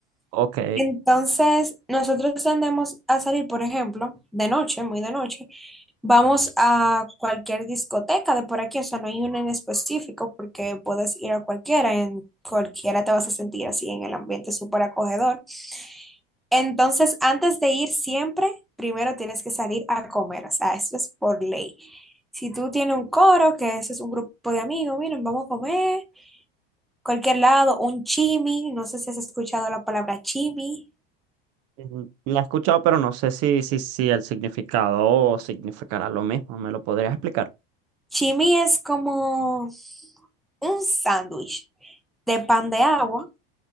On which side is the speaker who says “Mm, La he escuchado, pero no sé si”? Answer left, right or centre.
Right